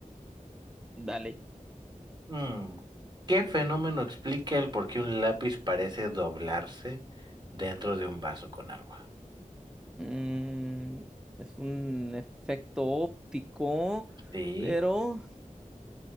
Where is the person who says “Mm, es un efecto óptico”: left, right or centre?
Centre